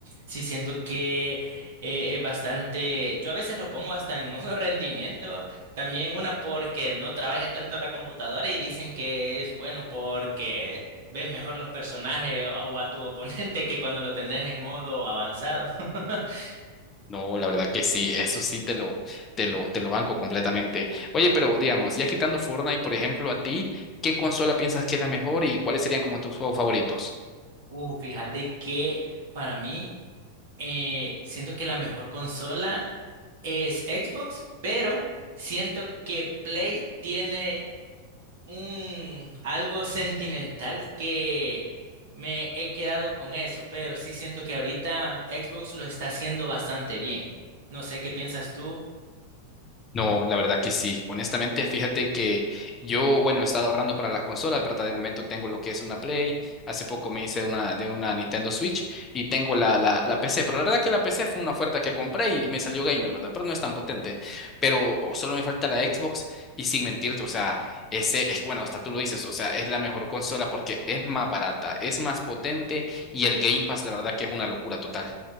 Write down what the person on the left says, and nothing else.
No, la verdad que sí, eso sí te lo, te lo, te lo banco completamente. Oye, pero digamos, ya quitando Fortnite, por ejemplo, a ti, ¿qué consola piensas que es la mejor y cuáles serían como tus juegos favoritos?
No, la verdad que sí. Honestamente, fíjate que yo, bueno, he estado ahorrando para las consolas, ¿verdad? De momento tengo lo que es una Play, hace poco me hice una de una Nintendo Switch y tengo la, la, la PC, pero la verdad que la PC fue una oferta que compré y, y me salió gamer, ¿verdad? Pero no es tan potente, pero solo me falta la Xbox y sin mentirte, o sea, ese es, bueno, hasta tú lo dices, o sea, es la mejor consola porque es más barata, es más potente y el Game Pass, la verdad que es una locura total.